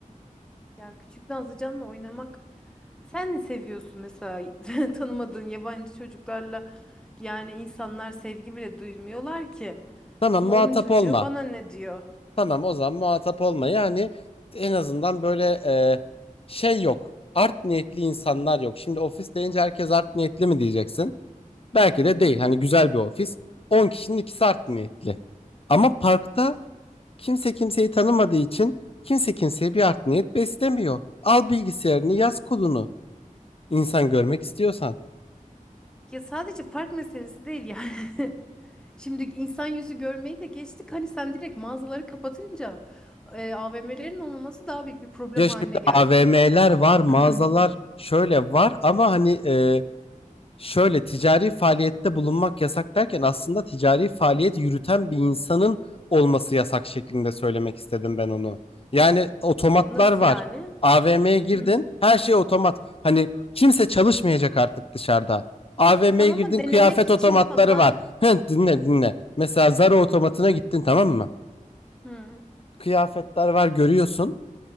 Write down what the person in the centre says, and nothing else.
Ya küçük Nazlıcan'la oynamak sen ne seviyorsun mesela <laughs> tanımadığın yabancı çocuklarla yani insanlar sevgi bile duymuyorlar ki.
Şimdi
onun çocuğu
bana ne diyor?
Hı
hı.
Evet.
Ya sadece park meselesi değil yani. <laughs> Şimdi insan yüzü görmeyi de geçtik. Hani sen direkt mağazaları kapatınca e, AVM'lerin olmaması daha büyük bir problem
haline geldi.
<clears throat>
Nasıl
yani?
Hmm.
Tamam
ama denemek
için
falan.
Hı,